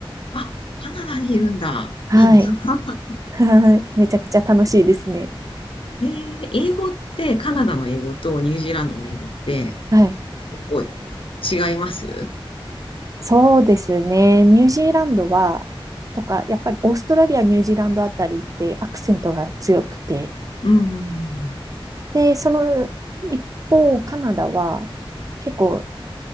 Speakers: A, on the left; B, on the right.
A: あ、カナダにいるんだ。
B: はい。
A: いいな。<laughs>
B: はい。めちゃくちゃ楽しいですね。
A: えー英語って、カナダの英語とニュージーランドの英語って
B: はい。
A: 結構違います
B: そうですね。ニュージーランドは、とか、やっぱりオーストラリア、ニュージーランドあたりってアクセントが強くて、
A: うんうんうん。
B: で、その一方、カナダは結構